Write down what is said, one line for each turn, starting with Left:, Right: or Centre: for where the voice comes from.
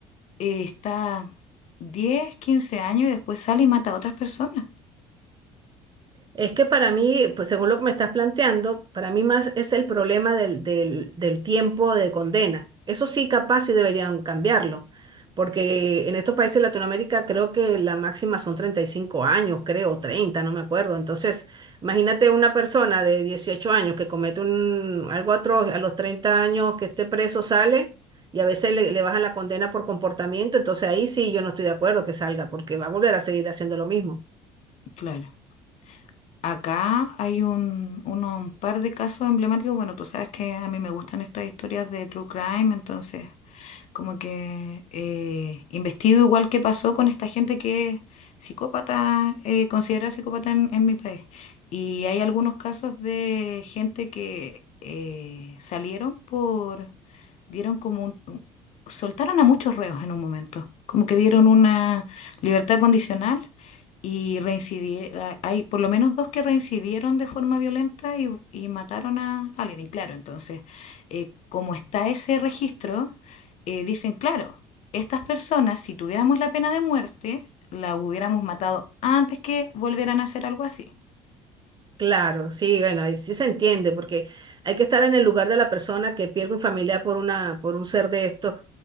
Left: eh, está 10, 15 años y después sale y mata a otras personas.
Right: Es que para mí, pues según lo que me estás planteando, para mí más es el problema del, del- del tiempo de condena. Eso sí, capaz sí deberían cambiarlo, porque en estos países de Latinoamérica creo que la máxima son 35 años, creo, 30, no me acuerdo. Entonces, imagínate una persona de 18 años que comete un, algo atroz, a los 30 años que esté preso sale y a veces le, le bajan la condena por comportamiento. Entonces ahí sí yo no estoy de acuerdo que salga, porque va a volver a seguir haciendo lo mismo.
Left: Claro. Acá hay un, uno- un par de casos emblemáticos. Bueno, tú sabes que a mí me gustan estas historias de true crime, entonces como que eh, investigo igual qué pasó con esta gente que es psicópata, eh, considerada psicópata en, en mi país. Y hay algunos casos de gente que eh, salieron por, dieron como un, un- soltaron a muchos reos en un momento, como que dieron una libertad condicional y reincidieron, hay por lo menos dos que reincidieron de forma violenta y, y mataron a alguien. Y claro, entonces, eh, como está ese registro, eh, dicen, claro, estas personas, si tuviéramos la pena de muerte, la hubiéramos matado antes que volvieran a hacer algo así.
Right: Claro, sí, bueno, ahí sí se entiende, porque hay que estar en el lugar de la persona que pierde un familiar por una, por un ser de estos